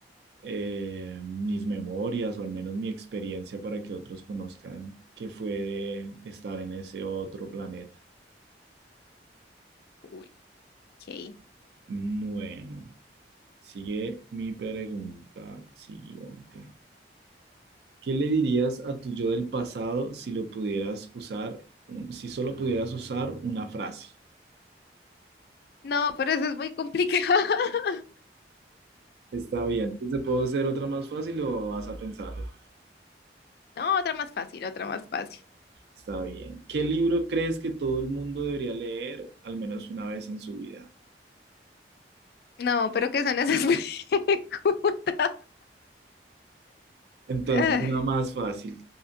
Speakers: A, on the right; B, on the left.
A: eh, mis memorias o al menos mi experiencia para que otros conozcan qué fue de estar en ese otro planeta.
B: Uy, ok.
A: Bueno, sigue mi pregunta siguiente. ¿Qué le dirías a tu yo del pasado si lo pudieras usar, un- si solo pudieras usar una frase?
B: No, pero eso es muy complicado. <laughs>
A: Está bien. ¿Te puedo hacer otra más fácil o vas a pensarlo?
B: No, otra más fácil, otra más fácil.
A: Está bien. ¿Qué libro crees que todo el mundo debería leer al menos una vez en su vida?
B: No, pero ¿qué son esas <laughs> preguntas?
A: Entonces,
B: Ay,
A: una más fácil.